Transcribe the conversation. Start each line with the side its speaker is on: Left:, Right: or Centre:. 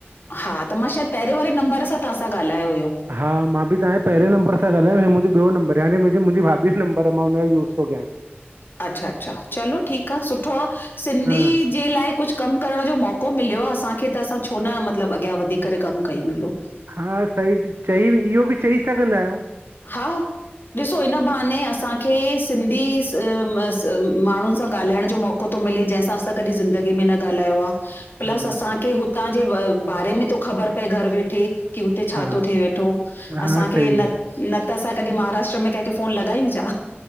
Left: हा त मां शायदि पहिरें वारे नंबर सां तहां सां ॻाल्हायो हुयो।
Right: हा मां बि तव्हांजे पहिरें नंबर सां ॻाल्हायो हो मुंहिंजो ॿियो नंबर यानि मुंहिंजी मुंहिजी भाभी जो नंबर आ मां हुनजो यूज़ तो कियां।
Left: अच्छा -अच्छा चलो ठीक आ सुठो आ सिंधी
Right: हा
Left: जे लाए कुछ कमु करण जो मौक़ो मिलियो आ असांखे त असां छो न मतिलबु अॻियां वधी करे कमु कयूं इह्यो।
Right: हा सही चई, इह्यो बि चई सघंदा आहियंउ।
Left: हा ॾिसो इन्ह बहाने असांखे सिंधी सि माण्हुनि सां ॻाल्हाइण जो मौको तो मिले जंहिंसां असां कॾीहिं ज़िंदगी में न ॻाल्हायो आ। प्लस
Right: हा
Left: असांखे हुतां जे ब बारे में तो ख़बर पए घरु वेठे। कि हुते छा
Right: हा
Left: तो थिये वेठो असांखे
Right: हा सही
Left: न
Right: आहे
Left: न त असां कॾी महाराष्ट्र में कंहिंखे फोन लॻायूं छा